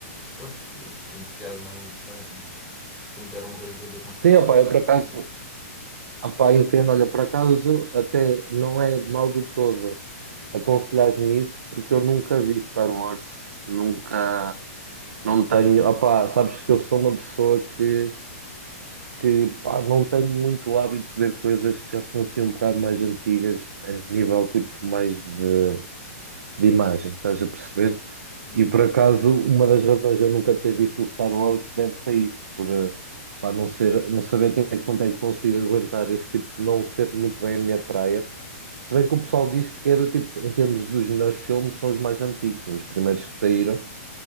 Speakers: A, in the centre; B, on the right.
A: pronto, que, que entusiasma os fãs, não é? Portanto, era uma coisa que eu te aconselhava.
B: Sim, opá,
A: era
B: eu por
A: este
B: acaso.
A: favor.
B: Ah, pá, entendo, olha, por acaso até não é mal de todo aconselhar-me isso, porque eu nunca vi Star Wars, nunca,
A: Ah,
B: não tenho, ah, pá, sabes que eu sou uma pessoa que, que pá, não tenho muito hábito de ver coisas que já são assim um bocado mais antigas, a nível tipo mais de de imagem, estás a perceber?
A: hum,
B: E por acaso,
A: certo,
B: uma das razões de eu nunca ter visto o Star Wars deve-se a isso, por, eh, pá, não ser, não saber até que ponto é que consigo aguentar esse tipo, não ser muito bem a minha praia.
A: Sim,
B: Se bem que o pessoal diz que é do tipo, em termos dos melhores filmes, são os mais antigos, são os primeiros que saíram.